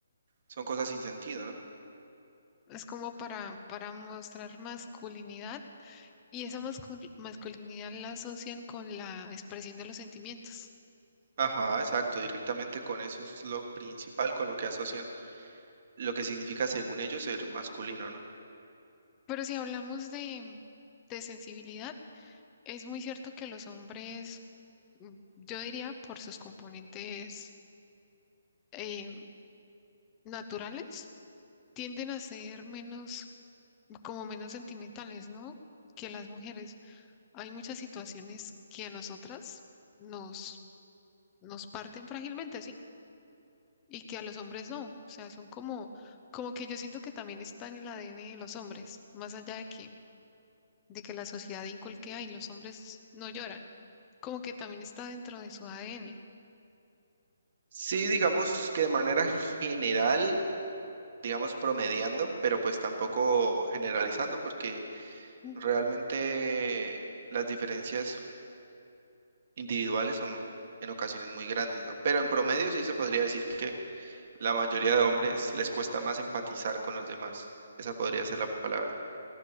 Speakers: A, on the right; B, on the left.
A: Son cosas sin sentido, ¿no?
B: Es como para, para mostrar masculinidad y esa mascul- masculinidad la asocian con la expresión de los sentimientos.
A: Ajá, exacto, directamente con eso es lo principal con lo que asocian lo que significa según ellos ser masculino, ¿no?
B: Pero si hablamos de, de sensibilidad, es muy cierto que los hombres, mm, yo diría por sus componentes eh, naturales, tienden a ser menos, como menos sentimentales, ¿no? que las mujeres. Hay muchas situaciones que a nosotras nos, nos parten frágilmente, ¿sí? Y que a los hombres no. O sea, son como, como que yo siento que también está en el ADN de los hombres, más allá de que, de que la sociedad inculque, ay, los hombres no lloran. Como que también está dentro de su ADN.
A: Sí, digamos que de manera general, digamos promediando, pero pues tampoco generalizando porque
B: Mm,
A: realmente las diferencias individuales son en ocasiones muy grandes, ¿no? Pero en promedio sí se podría decir que la mayoría de hombres les cuesta más empatizar con los demás. Esa podría ser la palabra.